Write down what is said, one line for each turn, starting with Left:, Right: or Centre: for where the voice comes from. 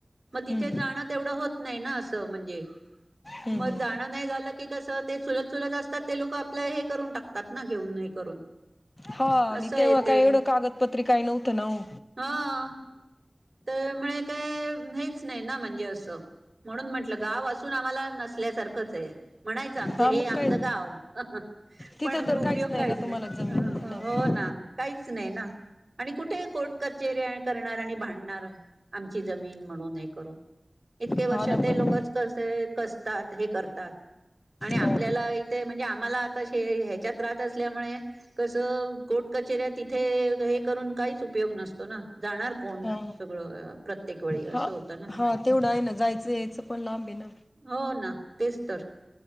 Right: मग तिथे
Left: हम्म
Right: जाणं तेवढं होत नाही ना असं म्हणजे
Left: हम्म
Right: मग जाणं नाही झालं की कसं ते सुलत चुलत असतात ते लोक आपलं हे करून टाकतात ना घेऊन नाही करून
Left: हा आणि
Right: असं आहे
Left: तेव्हा
Right: ते
Left: काय एवढं कागदपत्री काही नव्हतं ना हो
Right: हा तळमुळे काय हेच नाही ना म्हणजे असं म्हणून म्हटलं गाव असून आम्हाला नसल्यासारखंच आहे. म्हणायचं आमच
Left: हा
Right: हे
Left: मग
Right: आमच
Left: काय
Right: गाव
Left: तिथं
Right: पण
Left: तर
Right: उपयोग काहीच
Left: ना
Right: नाही
Left: तुम्हाला जमीन
Right: ह्
Left: नाही
Right: हो काहीच नाही ना आणि कुठे कोट कचेरी करणार आणि भिडणा आमची जमीन म्हणून हे करून इतके वर्ष
Left: हा ना
Right: ते
Left: पण
Right: लोकच कसे कसतात हे करतात आणि आपल्याला
Left: हो
Right: इथे म्हणजे आम्हाला आता ह्याच्यात राहत असल्यामुळे कसं कोर्ट कचेऱ्या तिथे हे करून काहीच उपयोग नसतो ना जाणार कोण
Left: हा
Right: सगळं प्रत्येक वेळी असं
Left: हा
Right: होत ना
Left: हा तेवढं आहे ना जायचं यायचं पण लांब आहे ना
Right: हो ना तेच तर